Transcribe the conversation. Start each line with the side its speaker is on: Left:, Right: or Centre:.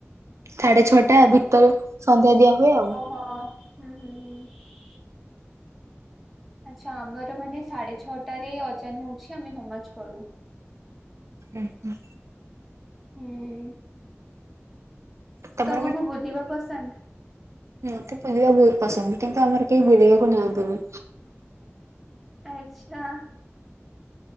Right: ସାଢେ ଛଅଟା ଭିତରେ ସନ୍ଧ୍ୟା ଦିଆ ହୁଏ ଆଉ।
Centre: ଓହ ହୁଁ ହୁଁ ହୁଁ। ଆଛା ଆମର ମାନେ ସାଢେ ଛଅଟାରେ ଅଜାନ ହଉଛି ଆମେ ନମାଜ ପଢୁ।
Right: ଉଁ ହୁଁ।
Centre: ହୁଁ
Right: ତମର
Centre: ତମକୁ ବୁଲିବା ପସନ୍ଦ?
Right: ମତେ ବୁଲିବା ବହୁତ ପସନ୍ଦ କିନ୍ତୁ ଆମର କେହି ବୁଲିବାକୁ ନିଅନ୍ତିନି।
Centre: ଆଚ୍ଛା